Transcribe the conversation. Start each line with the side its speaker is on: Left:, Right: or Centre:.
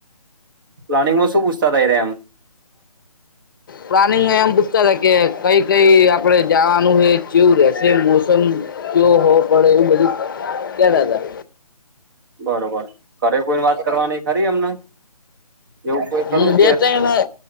Right: પ્લાિંગમાં પૂછતાય રે એમ?
Left: પ્લાનિંગ એમ પૂછતા હતા કે કઈ કઈ આપણે જવાનું હોય કેવું રહેશે મોસમ. જોયો હો પણ એવું બધું ક્યા ના હતા.
Right: બરોબર, ઘરે કોઈ વાત કરવાની ખરી એમને? એવું કોઈ ખરું
Left: હું બે ત્રણ